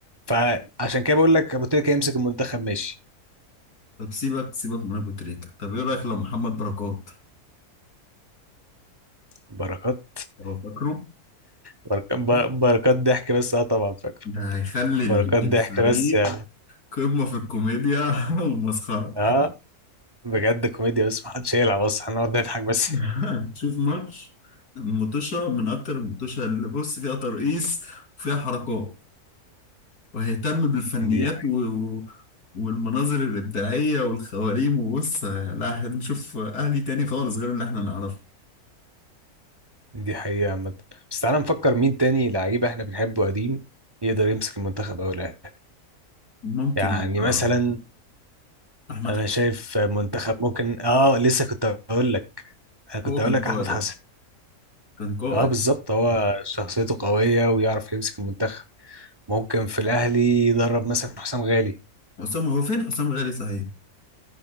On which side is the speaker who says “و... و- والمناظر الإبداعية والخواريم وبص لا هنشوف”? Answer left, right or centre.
Left